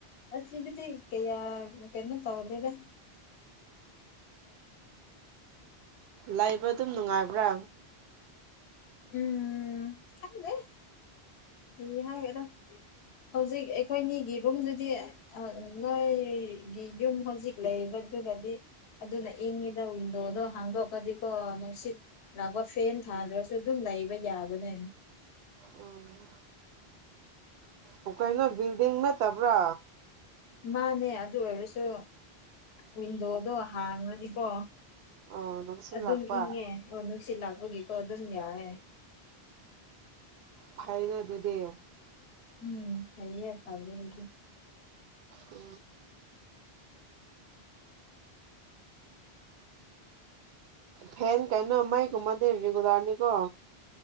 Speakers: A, on the left; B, on the right.
A: ꯑꯁꯤꯗꯨꯗꯤ ꯀꯌꯥ ꯀꯩꯅꯣ ꯇꯧꯗꯦꯗ
B: ꯂꯩꯕ ꯑꯗꯨꯝ ꯅꯨꯡꯉꯥꯏꯕ꯭ꯔꯥ
A: ꯎꯝ ꯈꯪꯗꯦ ꯀꯔꯤꯍꯥꯏꯒꯦꯔ ꯍꯧꯖꯤꯛ ꯑꯩꯈꯣꯏꯅꯤꯒꯤ ꯔꯨꯝꯗꯨꯗꯤ ꯅꯣꯏꯒꯤ ꯌꯨꯝ ꯍꯧꯖꯤꯛ ꯂꯩꯕꯗꯨꯒꯗꯤ ꯑꯗꯨꯅ ꯏꯪꯉꯤꯗ ꯋꯤꯟꯗꯣꯗꯣ ꯍꯥꯡꯗꯣꯛꯑꯒꯗꯤꯀꯣ ꯅꯨꯁꯤꯠ ꯂꯥꯛꯄ ꯐꯦꯟ ꯊꯥꯗ꯭ꯔꯁꯨ ꯑꯗꯨꯝ ꯂꯩꯕ ꯌꯥꯕꯅꯦ
B: ꯎꯝ ꯑꯣ ꯀꯩꯅꯣ ꯕꯤꯜꯗꯤꯡ ꯅꯠꯇꯕ꯭ꯔꯥ
A: ꯃꯥꯅꯦ ꯑꯗꯨ ꯑꯣꯏꯔꯁꯨ ꯋꯤꯟꯗꯣꯗꯣ ꯍꯥꯡꯂꯗꯤꯀꯣ
B: ꯑꯣ ꯅꯨꯡꯁꯤꯠ
A: ꯑꯗꯨꯝ
B: ꯂꯥꯛꯄ
A: ꯏꯪꯉꯦ ꯑꯣ ꯅꯨꯡꯁꯤꯠ ꯂꯥꯛꯄꯒꯤꯀꯣ ꯑꯗꯨꯝ ꯌꯥꯑꯦ
B: ꯐꯥꯏꯗ ꯑꯗꯨꯗꯤ
A: ꯎꯝ ꯐꯩꯌꯦ ꯐꯕꯥꯕꯨꯗꯤ
B: ꯎ ꯐꯦꯟ ꯀꯩꯅꯣ ꯃꯥꯏꯒꯨꯝꯕꯗꯤ ꯔꯤꯒꯨꯂꯥꯔꯅꯤꯀꯣ